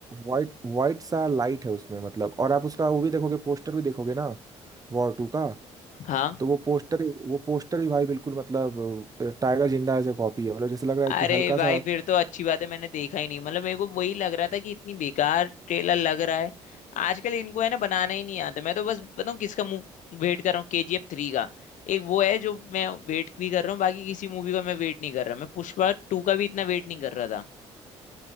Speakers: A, on the right (about 25°); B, on the left (about 65°).
A: वाइट वाइट सा लाइट है उसमें मतलब और आप उसका वो भी देखोगे पोस्टर भी देखोगे ना वॉर टू का
B: हाँ
A: तो वो पोस्टर वो पोस्टर भी भाई बिल्कुल मतलब अ, टाइगर जिंदा ऐसे कॉपी है मतलब जैसे लग रहा है
B: अरे
A: कि हल्का
B: भाई
A: सा
B: फिर तो अच्छी बात है मैंने देखा ही नहीं मतलब मेरे को वही लग रहा था कि इतनी बेकार ट्रेलर लग रहा है आजकल इनको है ना बनाना ही नहीं आता मैं तो बस बताऊँ किसका मुंह वेट कर रहा हूँ केजीएफ थ्री का एक वो है जो मैं वेट भी कर रहा हूँ बाकी किसी मूवी का मैं वेट नहीं कर रहा मैं पुष्पा टू का भी इतना वेट नहीं कर रहा था